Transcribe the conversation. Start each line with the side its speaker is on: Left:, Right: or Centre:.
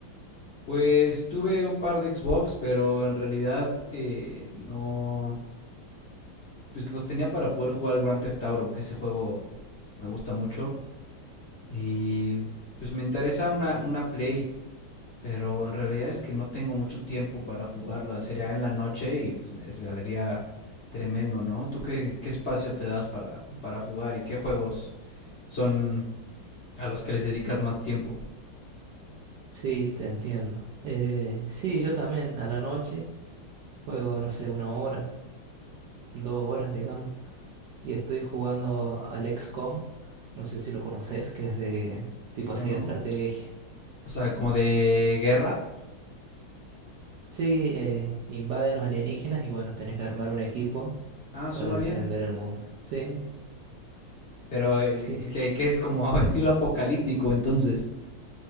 Left: Pues tuve un par de Xbox, pero en realidad eh, no pues los tenía para poder jugar el Grand Theft Auto, que ese juego me gusta mucho y pues me interesa una una Play. Pero en realidad es que no tengo mucho tiempo para jugarla. Sería en la noche y pues me desvelaría tremendo, ¿no? ¿Tú qué, qué espacio te das para, para jugar y qué juegos son a los que les dedicas más tiempo?
Right: Sí, te entiendo. Eh, sí, yo también a la noche juego, no sé, una hora, dos horas, digamos. Y estoy jugando al XCOM, no sé si lo conoces, que es de tipo así
Left: No.
Right: de estrategia.
Left: O sea, como de
Right: Y,
Left: guerra.
Right: sí, eh, invaden los alienígenas y bueno, tenés que armar un equipo
Left: Ah,
Right: para
Left: suena
Right: defender
Left: bien.
Right: el mundo. Sí,
Left: Pero eh,
Right: sí,
Left: y que, que es como <laughs> estilo apocalíptico, entonces.